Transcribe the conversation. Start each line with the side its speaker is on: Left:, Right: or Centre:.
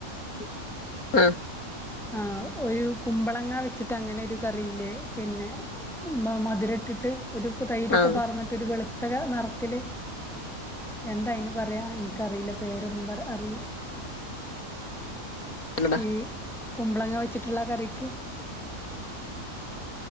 Left: <unintelligible> ആഹ്
Centre: ആഹ് ഒരു കുമ്പളങ്ങ വെച്ചിട്ട് അങ്ങനെ ഒരു കറിയില്ലേ പിന്നെ മധുര ഇട്ടിട്ട് ഒരുപ്പ തൈരൊക്കെ
Left: ആഹ്
Centre: പാർന്നിട്ട് ഒരു വെളുത്തക നിറത്തില് എന്തായ്ന് പറയാ എനിക്കറിയില്ല പേരൊന്നും പറ അറി
Left: അല്ലടാ
Centre: ഇ കുമ്പളങ്ങ വെച്ചിട്ടുള്ള കറിക്ക്